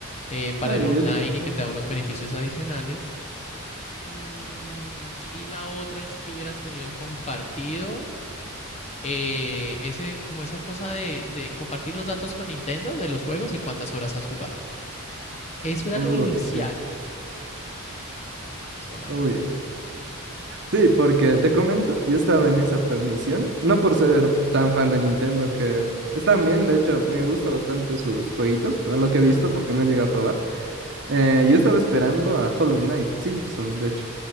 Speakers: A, on the left; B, on the right.
A: eh, para
B: Ay,
A: el
B: ay,
A: online y
B: ay.
A: que te da unos beneficios adicionales. Mm, y la otra es que hubieras tenido compartido eh, ese, como esa cosa de, de compartir los datos con Nintendo de los juegos y cuántas horas has jugado. Eso era
B: Uy,
A: lo inicial
B: sí.
A: solamente.
B: Uy. Sí, porque te comento, yo estaba en esa transmisión, no por ser tan fan de Nintendo, que están bien, de hecho, me gusta bastante sus jueguitos, a lo que he visto,
A: Ajá.
B: porque no he llegado a probar. Eh, yo estaba esperando a Hollow Knight, Silksong, de hecho.